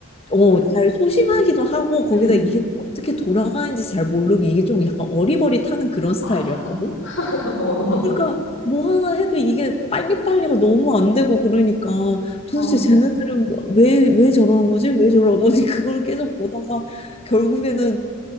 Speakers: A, on the left; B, on the left.
A: 어, 잘 소심하기도 하고 거기다
B: 음.
A: 이게 어떻게 돌아가는지 잘 모르고 이게 좀 약간 어리버리타는 그런 스타일이었거든.
B: 아. <laughs> 어.
A: 그러니까 뭐 하나 해도 이게 빨리빨리가 너무 안 되고 그러니까 도대체
B: 어.
A: 쟤네들은 왜, 왜 저러는 거지? 왜 저러는 거지? 그걸 계속 보다가 결국에는